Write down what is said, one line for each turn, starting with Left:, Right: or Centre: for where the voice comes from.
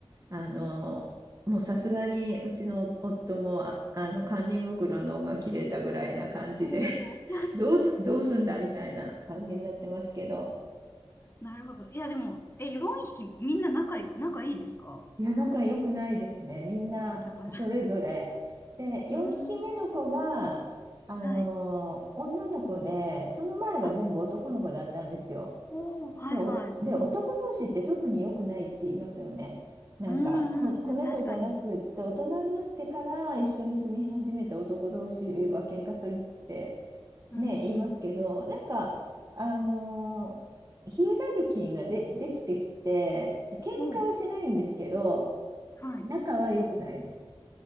Right: あの、もうさすがにうちの夫も、あ、あの、管理袋の緒が切れたぐらいな感じで
Left: おお。
Right: <laughs> どうす、どうすんだみたいな感じになってますけど、
Left: なるほど。いや、でも、え、4匹みんな仲い、仲いいですか
Right: いや、仲良くないですね。みんなそれぞれ。
Left: なるほど、なるほど。
Right: で、4匹目の子が、
Left: うーん、
Right: あの、
Left: はい。
Right: 女の子で、その前は全部男の子だったんですよ。
Left: あ、おー、はい、
Right: で、お、
Left: はい。
Right: で、男同士って特に良くないって言いますよね。なんか、
Left: うんうんうん、
Right: こ、子猫じゃなくって、
Left: 確かに。
Right: 大人になってから一緒に住み始めた男同士は喧嘩するって
Left: うん
Right: ね、言いますけど、なんか、あのーヒエラルキーがで、できてきて、喧嘩はしないんですけど、
Left: うん。おー、はい。
Right: 仲は良くないです。